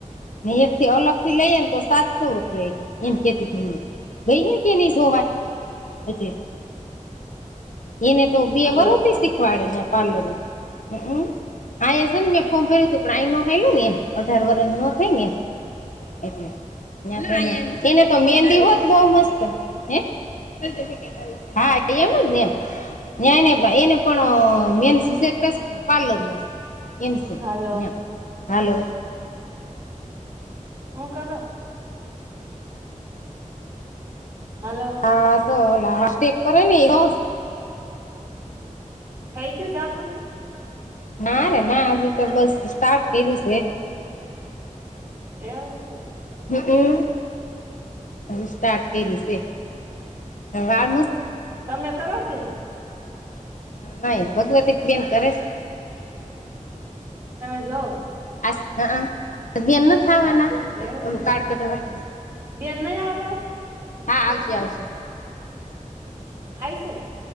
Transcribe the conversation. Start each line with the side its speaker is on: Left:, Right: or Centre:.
Left: ને એક થી અલગ થી લઈએ ને તો સાતસો રૂપિયા એ કે. એમ કેતીને ગઈને કે નહી સો વાત એતે. એને તો બે
Right: હાલો
Left: વરોથી શીખવાડેનેં પાર્લર ને. હમ્મ અમ્મ આ એસ ને મેં ફોન કર્યું થું પ્રણી નો હયલું ને એ અઢાર વર્ષ નો થઈ ને એટલે <unintelligible> એને તો મહેંદી હોત બહ મસ્ત હ હા એમ જ ને એમ. ન્યા એને એને પણ અહ મેન સબ્જેક્ટ પાર્લર નો છે. એમ સે
Right: હાલો
Left: ન્યા હાલો.
Right: હું કરા? હલો.
Left: હા સો ના સ્ટેપ કરે ને એ સોસ.
Right: થે ગયું સાગુન.
Left: ના રે ના હજી તો બસ સ્ટાર્ટ કર્યું છે.
Right: એવું છે.
Left: હમ્મ અમ્મ અભી સ્ટાર્ટ કર્યું છે. વા
Right: તમે કરો કે?
Left: નાહી ભગવતી બેન કરે છે.
Right: તમે જઓ?
Left: આસ હ હ એમ નથ આવાના.
Right: એવું
Left: ઓનું
Right: છે
Left: કાર્ડ કઢવા.
Right: બેન નહી આવ્યા
Left: હા, આવશે આવશે.
Right: આવી સે?